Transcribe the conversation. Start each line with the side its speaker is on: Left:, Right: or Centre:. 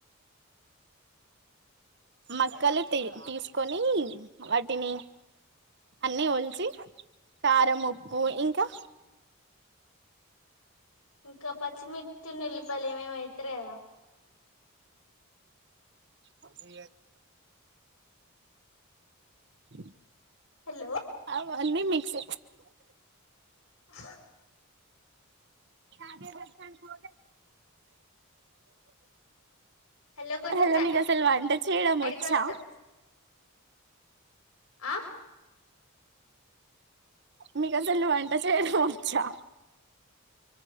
Right: మక్కలు తీసు కొని వాటిని అన్నీ ఒలిచి కారం ఉప్పు ఇంకా
Left: ఇంకా పచ్చిమిర్చన ఉల్లిపాయలి ఏమేమి ఎత్తరు కదా
Right: అంచి అ
Left: హలో
Right: ఆన్నీ మిక్స
Left: బ
Right: ంటి దర్శన్ కో
Left: హలో కొంచెం
Right: అలా మీకు అసలు వంట చేయడం
Left: సైడ్కి
Right: వచ్చా
Left: వస్తా ఆ
Right: మీకు అసల్లు వంట చేయడం వచ్చా